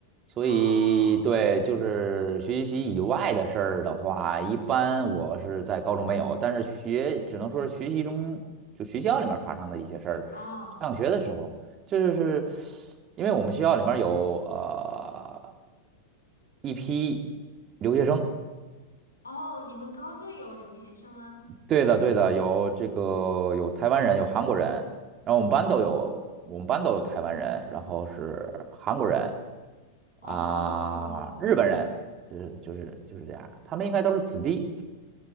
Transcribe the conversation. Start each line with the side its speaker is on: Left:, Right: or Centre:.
Right: 所以对，
Left: 哦
Right: 就是学习以外的事儿的话，一般我是在高中没有，但是学只能说是学习中就学校里面发生的一些事儿，
Left: 哦
Right: 上学的时候，这就是因为我们学校里面有呃一批留学生。
Left: 哦，你们高中有留学生吗？
Right: 对的，对的，有这个有台湾人，有韩国人，然后我们班都有，
Left: 哦
Right: 我们班都有台湾人，然后是韩国人
Left: 哦
Right: 啊，日本人，就是就是就是这样，他们应该都是子弟，